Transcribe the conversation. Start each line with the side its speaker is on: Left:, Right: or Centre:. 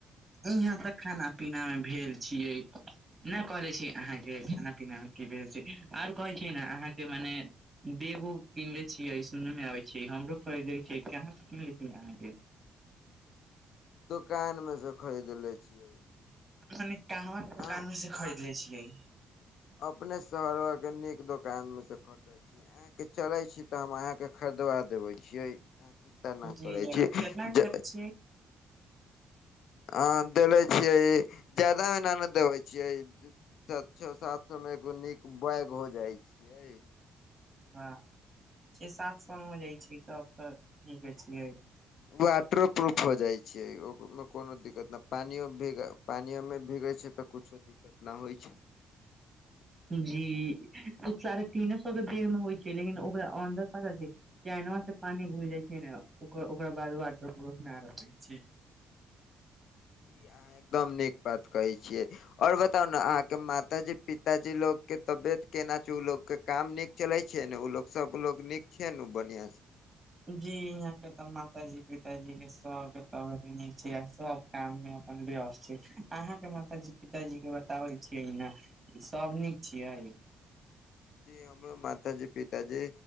Right: इहाँ तऽ खाना पीना मे भेल छियै नहि कहले छी अहाँके खाना पीना मे की भेल छै आओर कहै छै ने अहाँके मने बेगो किनले छियै सुन मे आबै छै हमरो खरीदे छै कहाँ से किनले छी अहाँ के
Left: दुकान में से खरीद ले छियै।
Right: मने कहवा दुकान
Left: अहाँ
Right: मे से खरीदले छियै?
Left: अपने शहर के नीक दुकान में से खरीदे अहाँके चलै छी तऽ हम अहाँके खरीदबा देबै छियै। अहाँ चिन्ता नहि
Right: जी
Left: करै
Right: जरूर
Left: छी
Right: केतना के
Left: जे
Right: देले छियै
Left: आहा देले छियै जादा एहिना ने देबे छियै। त छः सात सौ में एगो नीक बैग हो जाय छियै।
Right: ह छः सात सौ मे हो जाइ छै तब तऽ निके छियै।
Left: वाटर प्रूफ हो जाइ छै ओ कोनो दिक्कत ना पानियो मे भीग पानियोमे भीगै छै तऽ कुछो दिक्कत ना होइ छै। <inaudible>
Right: जी ऊ साढ़े तीने सए के बेग मे होइ छै लेकिन ओकरा अन्दर पता छै चैनवा से पानी घूस जाइ छै ने ओकर ओकरा बाद वाटर प्रूफ ना रह जाइ छै।
Left: ई अहाँ एकदम नीक बात कहै छियै। ओर बताउ ने अहाँके माताजी पिताजी लोकके तबियत केना छै ऊ लोक के काम निक चलै छै ने उ लोग सबलोग नीक छै ने उ बढ़िया से?
Right: जी यहाँ के तऽ माता जी पिताजी के सबके तबीयत नीक छै आ सब काम मे अपन व्यस्त छै अहाँके मातााजी पिताजी के बताबै छियै न। सब नीक छियै।
Left: जी हमरो माता जी पिताजी